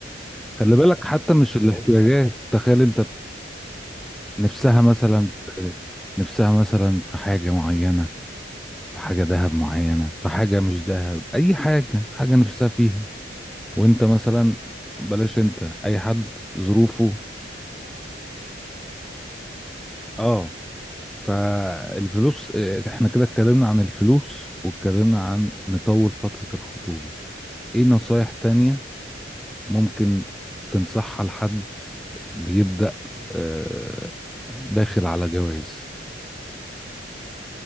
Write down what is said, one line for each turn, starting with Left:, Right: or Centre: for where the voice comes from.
Centre: خلي
Right: فاللي
Centre: بالك حتى مش
Right: هي
Centre: الاحتياجات
Right: حاجة
Centre: تخيل انت نفسها مثلا
Right: مش هينة
Centre: في نفسها مثلا في حاجة معينة في حاجة ذهب معينة في حاجة مش ذهب أي حاجة حاجة نفسها فيها وانت مثلا بلاش انت أي حد ظروفه
Right: ما ما نقصد احتياجات بشكل عام مش
Centre: اه فالفلوس اه، احنا كده اتكلمنا عن الفلوس واتكلمنا عن نطول فترة الخطوبة ايه نصايح تانية ممكن
Right: يعني،
Centre: تنصحها لحد بيبدأ اه، داخل على جواز